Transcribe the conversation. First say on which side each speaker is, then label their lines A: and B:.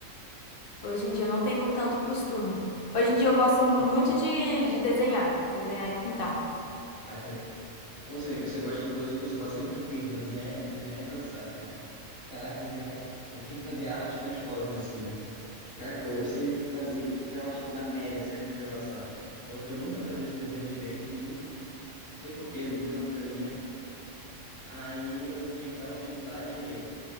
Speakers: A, on the left; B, on the left.
A: Hoje em dia eu não tenho tanto costume. Hoje em dia eu gosto muito de, de desenhar, desenhar e pintar.
B: Saca? Você, você gosta de coisas que eu sou basicamente horrível, desenhar, desenhar e dançar, cara. Caraca, desenhar. Eu tinha que fazer arte na escola, coisa assim, né? Caraca, eu, eu sempre fazia. Tirava, tipo, na média, certinho pra passar. Porque eu nunca fazia esse desenho direitinho. Não sei por quê, nunca foi uma coisa minha. Aí eu tinha que dar um jeito lá de,